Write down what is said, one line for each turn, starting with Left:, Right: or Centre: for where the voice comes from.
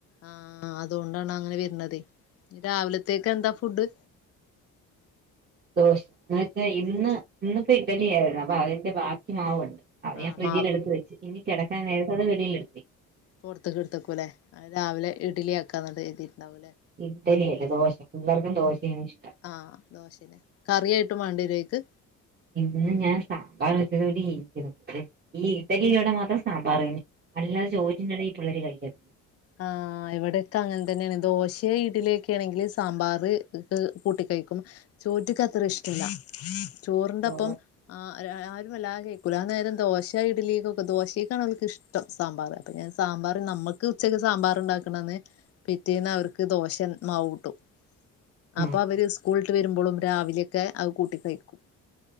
Left: ആഹ അതുകൊണ്ടാണ് അങ്ങനെ വെര്ണതെ രാവിലത്തേക്ക് എന്താ ഫുഡ്?
Right: ദോശ എന്നന്ന് വെച്ചാ ഇന്ന് ഇന്നിപ്പോ ഇഡലി ആയിരുന്നു അപ്പൊ അതിന്റെ ബാക്കി മാവുണ്ട്. അത
Left: ആഹ്
Right: ഞാൻ ഫ്രിഡ്ജിൽ
Left: മാവ്
Right: എടുത്ത് വെച്ച് ഇനി കെടക്കാൻ നേരത് അത് വെളിൽ എടുത്തിവെയ്
Left: പൊർത്ക്ക്ട്ത്തക്കൂല്ലേ അ രാവിലെ ഇഡലി ആക്കാന്നത് എഴ്തിയിട് തവൂലേ?
Right: ഇഡലി അല്ല ദോശ പിള്ളേർക്കും ദോശയാണ് ഇഷ്ടം.
Left: ആഹ് ദോശേനെ കറിയായിട്ടും വേണ്ടിരേക്ക്
Right: ഇന്ന് ഞാൻ സാമ്പാർ വെച്ചതോടെ ഇരിക്കുന്നു ഈ ഇഡ്ഡലിയിലൂടെ മാത്രം സാമ്പാർ കഴിക്കു അല്ലാതെ ചോജിന്റെ എടെ പിള്ളേര് കഴിക്കും.
Left: ആഹ് ആഹ് ആഹ് ഇവിടെക്കെ അങ്ങൻതന്നെയാണ് ദോശ ഇഡ്‌ലിലൊക്കെണെങ്കിൽ സാമ്പാറ് കൂട്ടി കയിക്കും ചോറ്റക്ക്ത്ര ഇഷ്ടല്ല ചോറിൻ്റൊപ്പം
Right: തോ
Left: ആഹ് ആരുമല്ലാം കൈക്കൂല അനേരം ദോശ ഇഡലിയേക്കൊക്കെ ദോശയ്ക്കാണവക്ക് ഇഷ്ട ഷ്ടം സാമ്പാറ് അപ്പൊ ഞാൻ സാമ്പാറ് നമ്മക്ക് ഉച്ചക്ക് സാമ്പാറ് ഇണ്ടാക്കണന്ന് പിറ്റേന്ന് അവർക്ക് ദോശമാവ് കൂട്ടും അപ്പൊ
Right: ആഹ്
Left: അവര് സ്കൂളട്ട് വരുമ്പോഴും രാവിലെയൊക്കെ അഹ് കൂട്ടി കഴിക്കു